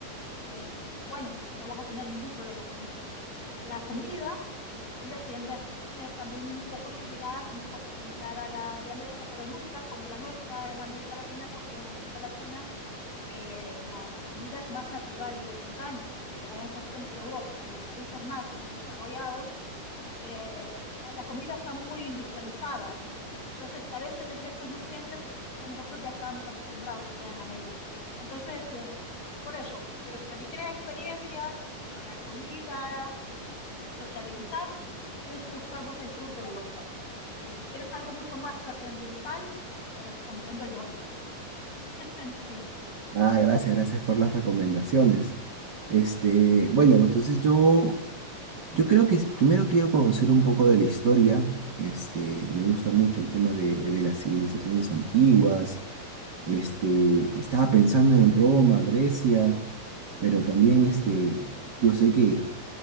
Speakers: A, on the left; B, on the right.
A: eh, bueno, no vas a tener ningún problema con eso. La comida, la comida tiende a ser también un poco similar, un poco similar a la de América, pero nunca como la nuestra en América Latina, porque en América Latina eh, la, la, comida es más natural y orgánica, y hay en cuestiones de Europa y países más desarrollados, eh, eh, la, la, comida está muy industrializada, entonces carece de ciertos nutrientes que nosotros ya estábamos acostumbrados allá en América. Entonces, eh, por eso, pero si lo que quieres es experiencia para comida, sociabilizar, tienes que buscar más el sur de Europa. Pero si quieres algo mucho más trascendental, te recomiendo el norte. <laughs> sí,
B: Ah, gracias, gracias por las recomendaciones. Este, bueno, entonces yo, yo creo que es- primero quiero conocer un poco de la historia. Este, me gusta mucho el tema de, de las civilizaciones antiguas. Este, estaba pensando en Roma, Grecia, pero también este, yo sé que